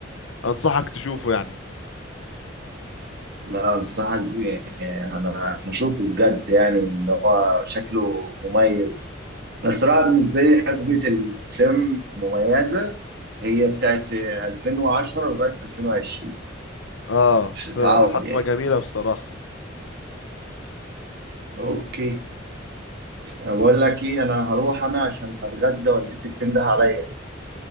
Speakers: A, on the left (about 85°); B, on the right (about 55°).
A: انصحك تشوفه يعني
B: لا انصحك بيه يعني انا هشوفه بجد يعني ان هو شكله مميز انا الصراحه بالنسبه لي حقبه الافلام المميزه هي بتاعت 2010 لغايه 2020
A: اه
B: مش هتتعوض
A: فحقبة
B: يعني
A: جميلة بصراحة
B: اوكي بقول لك ايه انا هروح انا عشان هتغدى والدتي بتنده عليا